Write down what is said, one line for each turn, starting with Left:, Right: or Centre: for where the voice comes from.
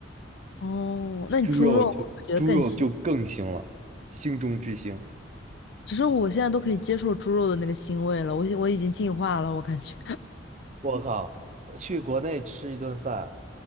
Left: <laughs> 哦，那你猪肉会不会觉得更腥？
Right: 猪肉就猪肉就更腥了，腥中之腥。
Left: 其实我现在都可以接受猪肉的那个腥味了，我已我已经进化了，我感觉。
Right: 我靠！我去国内吃一顿饭，